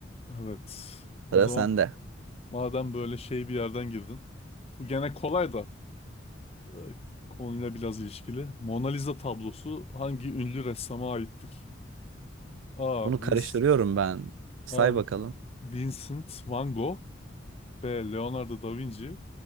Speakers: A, on the left; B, on the right.
A: Evet. O
B: Sıra
A: zaman
B: sende.
A: madem böyle şey bir yerden girdin. Bu gene kolay da. e, konuyla biraz ilişkili. Mona Lisa tablosu hangi ünlü ressama aittir? A.
B: Bunu
A: Vince,
B: karıştırıyorum ben. Say
A: A.
B: bakalım.
A: Vincent Van Gogh B. Leonardo da Vinci